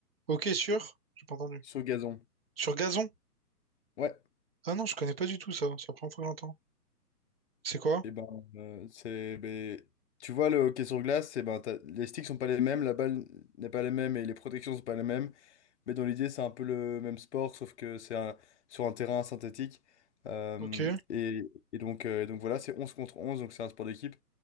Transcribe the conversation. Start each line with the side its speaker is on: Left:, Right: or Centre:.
Right: Ok, sur? J'ai pas entendu.
Left: Sur gazon,
Right: Sur gazon?
Left: ouais.
Right: Ah non, je connais pas du tout ça. C'est la première fois que j'entends. C'est quoi?
Left: Et ben, euh, c'est, ben, tu vois, le hockey sur glace, c'est ben, t'as- les sticks sont pas les mêmes, la balle n'est pas les mêmes et les protections sont pas les mêmes, mais dans l'idée, c'est un peu le même sport, sauf que c'est un- sur un terrain synthétique. Euh,
Right: Ok.
Left: et, et donc, euh, donc voilà, c'est 11 contre 11, donc c'est un sport d'équipe.